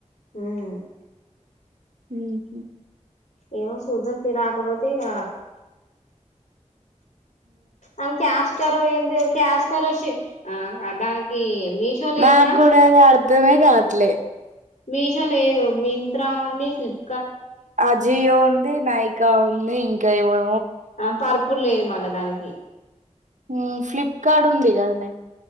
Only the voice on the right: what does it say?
ఉహు
నాకు కూడా అది అర్ధమే కావట్లే
అజియో ఉంది నాయికా ఉంది ఇంకా ఏమమో
ఉమ్ ఫ్లిప్కార్ట్ ఉంది కదనే